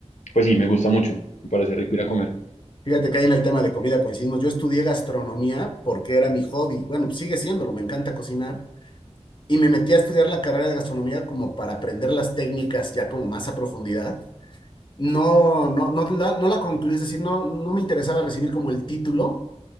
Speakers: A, on the left; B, on the left.
A: pues sí, me gusta mucho. Me parece rico ir a comer.
B: Fíjate que ahí en el tema de comida coincidimos. Yo estudié gastronomía porque era mi hobby. Bueno, pues sigue siéndolo, me encanta cocinar. Y me metí a estudiar la carrera de gastronomía como para aprender las técnicas ya como más a profundidad. No, no, no, la- no la concluí, es decir, no, no me interesaba recibir como el título,